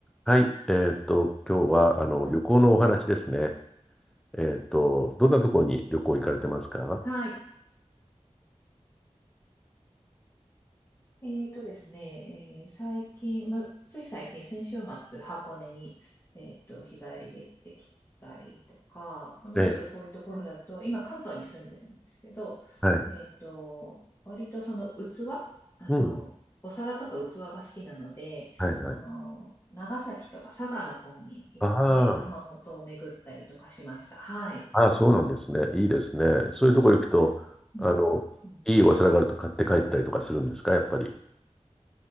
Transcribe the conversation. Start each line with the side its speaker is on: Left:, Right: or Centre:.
Centre: はい、えーっと、今日はあの旅行のお話ですね。えーっと、どんなところに旅行行かれてますか
Left: はい。えーとですね、えー最近、ま、つい最近、先週末、箱根に、えーと、日帰りで行ってきたりとか、もうちょっと遠いところだと、
Centre: ええ、
Left: 今、関東に住んでるんですけど、
Centre: はい。
Left: えーと、割とその器、あの、
Centre: うん。
Left: お皿とか器が好きなので、
Centre: はいはい。
Left: あの、長崎とか佐賀の方に行って、
Centre: ああ
Left: 窯元を巡ったりとかしました。はい。
Centre: ああそうなんですね。いいですね。そういうところ行くと、
Left: うん
Centre: あの、
Left: うん
Centre: いいお皿があると買って帰ったりとかするんですか、やっぱり。